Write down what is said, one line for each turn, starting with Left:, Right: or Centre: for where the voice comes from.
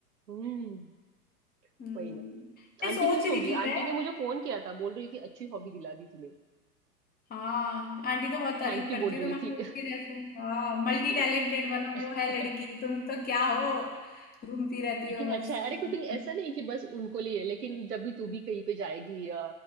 Right: हम्म
Left: हम्म
Right: वही ना
Left: ये
Right: आंटी
Left: सोच
Right: खुश
Left: रही
Right: होगी
Left: थी
Right: आंटी
Left: मैं
Right: ने मुझे फोन किया था बोल रही थी अच्छी हॉबी दिला दी तूने
Left: हाँ आंटी तो बहुत तारीफ
Right: थैंक यू
Left: करती
Right: बोल रही
Left: है तुम्हारी
Right: थी
Left: उसके जैसे हाँ मल्टी
Right: <laughs>
Left: टैलेंटेड बनो वो है लड़की तुम तो क्या हो घूमती रहती
Right: लेकिन
Left: हो बस
Right: अच्छा है अरे
Left: हम्म,
Right: कुकिंग ऐसा नहीं कि बस उनको लिए लेकिन जब भी तू भी कहीं पे जाएगी या